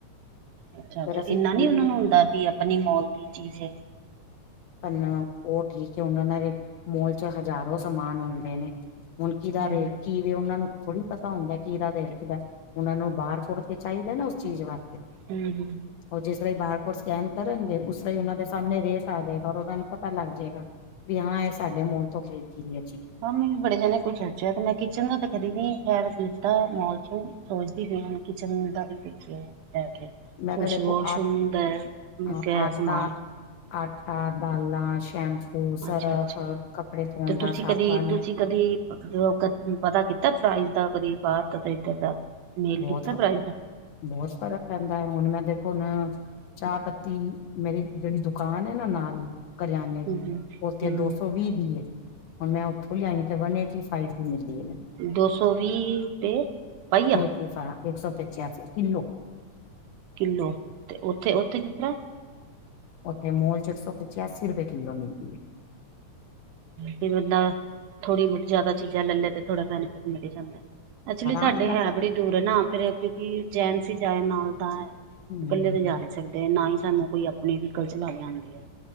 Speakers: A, on the right; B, on the left.
A: ਅੱਛਾ
B: ਫਿਰ
A: ਤੇ
B: ਅਸੀਂ
A: ਇੰਨਾ
B: ਬਿੱਲ
A: ਨੂੰ ਓਨਾਂ ਨੂੰ ਹੁੰਦਾ ਵੀ ਆਪਣੀ ਮੋਲ ਦੀ ਚੀਜ ਐ।
B: ਪਰ ਨਾ ਓ ਠੀਕ ਐ ਓਨਾਂ ਨਾਲੇ ਮੋਲ ਚ ਹਜ਼ਾਰੋ ਸਮਾਨ ਹੁੰਦੇ ਨੇ ਮੁਨਕੀ ਦਾ
A: ਹਮ
B: ਰੇਟ ਕੀ ਅ? ਕੇ ਓਨਾਂ ਨੂੰ ਥੋੜੀ ਪਤਾ ਹੁੰਦੈ ਕੀਦਾ ਰੇਟ ਕਿਦਾ ਓਨਾ ਨੂੰ ਬਾਰ ਕੋਡ ਤੇ ਚਾਈਦਾ ਨਾ ਉਸ ਚੀਜ਼ ਵਾਸਤੇ
A: ਹੂੰ-ਹੂੰ।
B: ਓ ਜਿਸ ਤਰਾਂ ਈ ਬਾਰ ਕੋਡ ਸਕੈਨ ਕਰਨਗੇ ਉਸ ਤਰਾ ਈ ਓਨਾਂ ਦੇ ਸਾਮਣੇ ਰੇਟ ਆ ਜਾਏ ਪਤਾ ਲੱਗ ਜੇਗਾ ਵੀ ਹਾਂ ਏ ਸਾਡੇ ਮੋਲ ਤੋਂ ਖਰੀਦੀ ਦੀ ਐ ਚੀਜ਼।
A: ਹਾਂ ਮੈਂ ਬੜੇ ਜਾਣੇ ਕੁਛ ਖਰਚੇਆ ਤੇ ਮੈਂ ਕਿਚਨ ਦਾ ਤਾਂ ਕਦੀ ਨੀ ਖੈਰ ਲਿੱਤਾ ਮੌਲ ਚੋ ਸੋਚਦੀ ਪਈ ਆ ਕਿਚਨ ਦਾ ਵੀ ਦੇਖੀਏ ਲੈ ਕੇ।
B: ਮੈਂ
A: ਕੁਛ
B: ਤਾਂ ਦੇਖੋ
A: ਵਾਸ਼ਰੂਮ
B: ਆ
A: ਦਾ ਐ, ਮੁੱਕੇਆ
B: ਹਾਂ
A: ਹੋਏਆ
B: ਆਟਾ
A: ਸਮਾਨ
B: ਆਟਾ, ਦਾਲਾਂ, ਸ਼ੈਂਪੂ, ਸਰਫ,
A: ਅੱਛਾ ਅੱਛਾ
B: ਕੱਪੜੇ ਧੋਣ
A: ਤੇ
B: ਦਾ
A: ਤੁਸੀਂ
B: ਸਾਬਨ
A: ਕਦੀ ਤੁਸੀਂ ਕਦੀ ਅ ਪਤਾ ਕੀਤਾ ਪ੍ਰਾਈਜ਼ ਦਾ ਕਦੀ ਬਾਹਰ ਦਾ ਤੇ ਏਦਰ ਦਾ ਮੇਲ
B: ਬੋਤ
A: ਕੀਤਾ
B: ਫਰਕ,
A: ਪ੍ਰਾਈਜ਼ ਦਾ
B: ਬੋਤ ਫਰਕ ਪੈਂਦਾ ਐ ਹੁਨ ਮੈਂ ਦੇਖੋ ਨਾ ਚਾਹ ਪੱਤੀ ਮੇਰੀ ਜੇੜੀ ਦੁਕਾਨ ਐ ਨਾ ਨਾਲ ਈ ਕਰਿਆਨੇ ਦੀ,
A: ਹਮ
B: ਓਥੇ
A: ਹਮ
B: ਦੋ ਸੌ ਵੀ ਦੀ ਐ। ਹੁਨ ਮੈਂ ਓਥੋਂ ਲੇਆਈ ਆਂ ਤੇ ਵਨ ਏਟੀ ਫਾਈਵ ਦੀ ਮਿਲਦੀ ਐ ਮੈਨੂੰ।
A: ਦੋ ਸੌ ਵੀਹ ਤੇ ਪਾਈਆ।
B: <unintelligible> ਇੱਕ ਸੌ ਪਚਾਸੀ ਕਿੱਲੋ।
A: ਕਿੱਲੋ ਤੇ ਓਥੇ-ਓਥੇ ਕਿਸ ਤਰਾਂ
B: ਓਥੇ ਮੋਲ ਚ ਇੱਕ ਸੌ ਪਚਾਸੀ ਰੁਪਏ ਕਿੱਲੋ ਮਿਲਦੀ ਐ।
A: ਤੇ ਬੰਦਾ, ਥੋੜੀ ਬੋਤ ਜ਼ਾਦਾ ਚੀਜ਼ਾਂ ਲੈ ਲੇ ਤੇ ਥੋੜਾ ਬੈਨੀਫਿਟ ਮਿਲ ਜਾਂਦਾ। ਐਕਚੁਲੀ
B: ਆਰਾਮ
A: ਸਾਡੇ
B: ਨਾਲ
A: ਹੈ ਬੜੀ ਦੂਰ ਐ ਨਾ ਫੇਰ ਕਿਓਂਕੀ ਜੈਂਟਸ ਈ ਜਾਏ ਨਾਲ ਤਾਂ ਐ।
B: ਹੂੰ
A: ਕੱਲੇ ਤੇ ਜਾ ਨੀ ਸਕਦੇ ਨਾ ਈ ਸਾਨੂੰ ਕੋਈ ਆਪਣੀ ਵੀਕਲ ਚਲਾਨੀ ਆਂਦੀ ਐ।